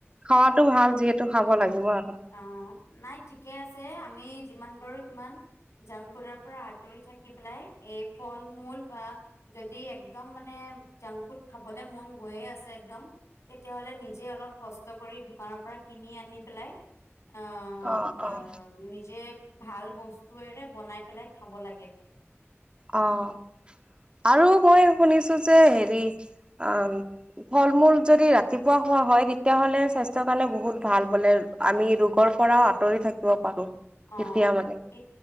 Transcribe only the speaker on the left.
অঁ নাই ঠিকে আছে আমি যিমান পাৰোঁ সিমান জাংক-ফুডৰ পৰা আঁতৰি থাকি পেলাই এই ফল-মূল বা যদি একদম মানে জাংক-ফুড খাবলৈ মন গৈয়ে আছে একদম তেতিয়াহ'লে নিজে অলপ কষ্ট কষ্ট কৰি দোকানৰ পৰা কিনি আনি পেলাই অঁ
ব
নিজে ভাল বস্তুেৰে বনাই পেলাই খাব লাগে।
অঁ
সেই,